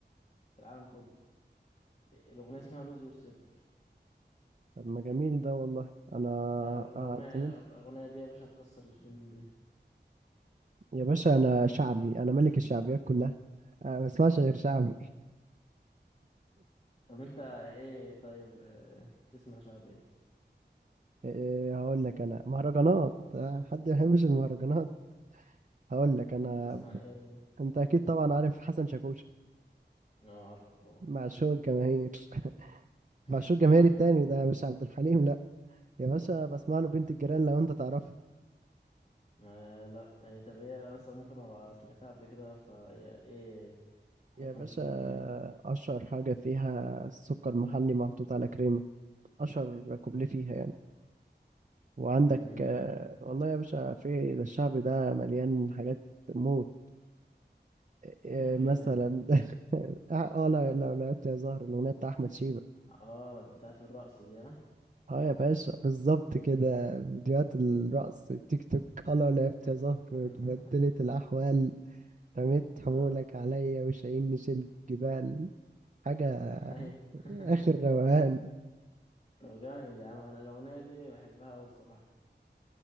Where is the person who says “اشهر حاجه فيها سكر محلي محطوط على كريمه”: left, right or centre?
Right